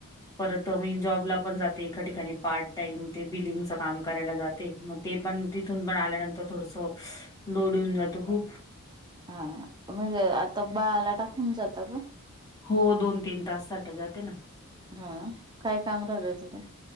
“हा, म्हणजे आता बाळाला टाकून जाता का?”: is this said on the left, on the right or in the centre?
Right